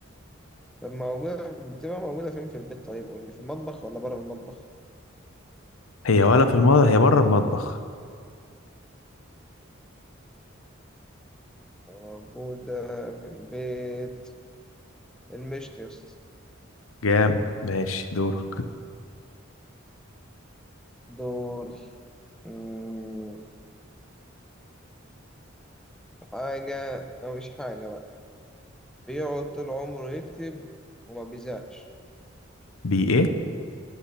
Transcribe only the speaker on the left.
هي ولا في المطبخ هي بره المطبخ
جام ماشي دورك
بي ايه